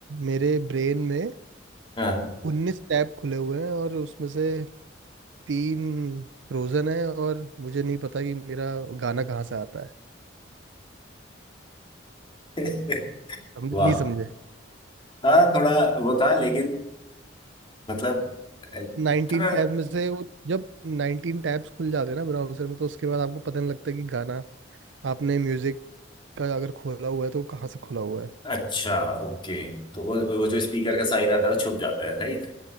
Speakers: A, on the right; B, on the left.
A: मेरे ब्रेन में
B: हाँ
A: उन्नीस टैब खुले हुए हैं और उसमें से तीन फ्रोजन है और मुझे नहीं पता कि मेरा गाना कहाँ से आता है
B: <laughs>
A: हम
B: वाह
A: नहीं समझे
B: हाँ थोड़ा वो था लेकिन मतलब अ,
A: नाइनटीन
B: थोड़ा
A: टैब में से वो जब नाइनटीन टैब्स खुल जाते हैं ना ब्राउजर में तो उसके बाद आपको पता नहीं लगता कि गाना आपने म्यूजिक का अगर खोला हुआ है तो वो कहाँ से खुला हुआ है
B: अच्छा ओके तो वो वो जो स्पीकर का साइन आता है वो छुप जाता है राइट